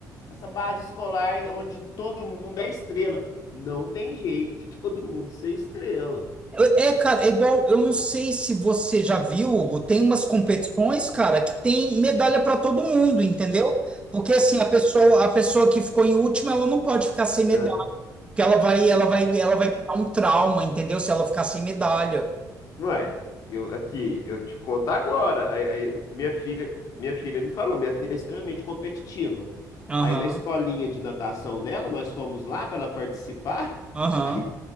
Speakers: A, on the left; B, on the right.
A: Essa base escolar onde todo mundo é estrela. Não tem jeito de <laughs> todo mundo ser estrela.
B: É, é, cara, é igual. Eu não sei se você já viu, Hugo, tem umas competições, cara, que tem medalha para todo mundo, entendeu? Porque assim, a pessoa, a pessoa que ficou em último, ela não pode ficar sem medalha,
A: É.
B: porque ela vai, ela vai, ela vai criar um trauma, entendeu? Se ela ficar sem medalha.
A: Ué, eu, aqui, eu te conto agora. Aí, aí, o que minha filha, minha filha me falou, minha filha é extremamente competitiva.
B: Aham,
A: Aí na escolinha de natação dela, nós fomos lá para ela participar.
B: aham.
A: <laughs> Aí